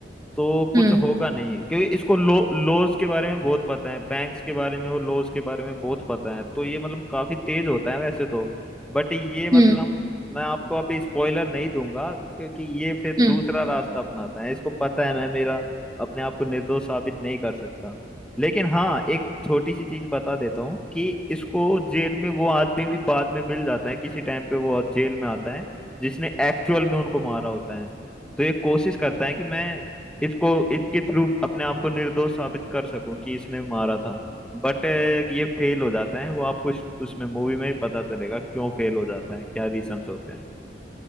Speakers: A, in the centre; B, on the right (about 20°).
A: तो कुछ
B: हम्म
A: होगा नहीं क्योंकि इसको लो लॉज के बारे में बहुत पता है बैंक्स के बारे में और लॉज के बारे में बहुत पता है तो ये मतलब काफी तेज होता है वैसे तो बट ये मतलब
B: हम्म
A: मैं आपको अभी स्पॉइलर नहीं दूंगा क्योंकि ये फिर दूसरा
B: हम्म
A: रास्ता अपनाता है इसको पता है मैं मेरा अपने आप को निर्दोष साबित नहीं कर सकता लेकिन हाँ एक छोटी सी चीज बता देता हूँ कि इसको जेल में वो आदमी भी बाद में मिल जाता है किसी टाइम पे वो जेल में आता है जिसने एक्चुअल में उनको मारा होता है तो ये कोशिश करता है कि मैं इसको इसके थ्रू अपने आप को निर्दोष साबित कर सकूं कि इसने मारा था बट ये फेल हो जाता है वो आपको इस, उसमें मूवी में ही पता चलेगा क्यों फेल हो जाता है क्या रीजंस होते हैं